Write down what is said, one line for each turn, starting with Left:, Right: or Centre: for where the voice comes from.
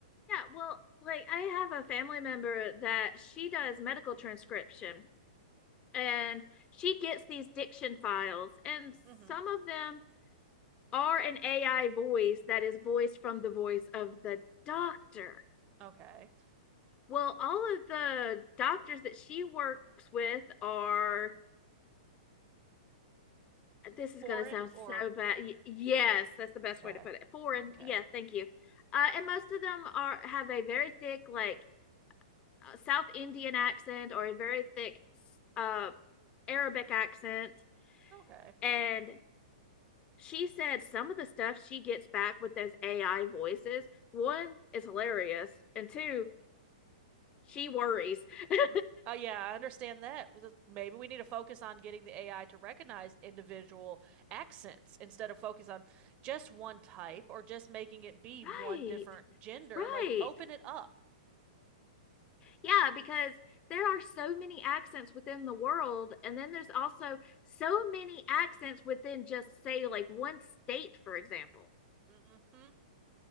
Left: well, like I have a family member that she does medical transcription and she gets these diction files, and
Right: Mm-hmm.
Left: some of them are an AI voice that is voiced from the voice of the doctor.
Right: Okay.
Left: Well, all of the doctors that she works with are this
Right: Foreign
Left: is going to sound
Right: or
Left: so bad. yes, that's the best
Right: okay.
Left: way to put it. Foreign.
Right: Okay.
Left: Yeah, thank you. Uh, and most of them are have a very thick, like uh, South Indian accent or a very thick uh, Arabic accent.
Right: Okay.
Left: And she said some of the stuff she gets back with those AI voices. One is hilarious, and two, she worries. <laughs>
Right: Uh, yeah, I understand that. With- Maybe we need to focus on getting the AI to recognize individual accents instead of focus on just one type or just making it be
Left: right,
Right: one different gender.
Left: right.
Right: Like, open it up.
Left: Yeah, because there are so many accents within the world. And then there's also so many accents within just, say, like one state, for example.
Right: Mm-hmm.